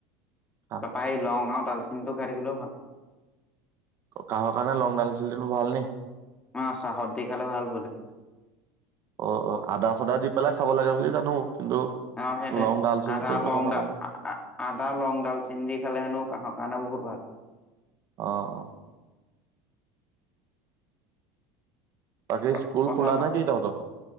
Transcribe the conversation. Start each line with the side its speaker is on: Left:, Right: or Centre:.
Right: খাম
Left: তা পা লং আৰু ডালচিনটো খাই থাকিলেও ভাল
Right: কাহৰ কাৰণে লং ডাল চেনি টো ভাল নি
Left: অ চাহত দি খালে ভাল বোলে
Right: অ', অ', আদা চাদা দি পেলাই খাব লাগে বুলি জানো কিন্তু
Left: অ', সেইটোৱে
Right: লং ডালচেনিটো
Left: আদা,
Right: কথা
Left: লং,
Right: নাজানো
Left: আদা লং ডাল চেনি দি খালে হেনো কাহৰ কাৰণে বহুত ভাল
Right: অহ, অহ বাকী
Left: ক
Right: স্কুল
Left: কথা
Right: খোলা
Left: ক
Right: নে কি তহঁতৰ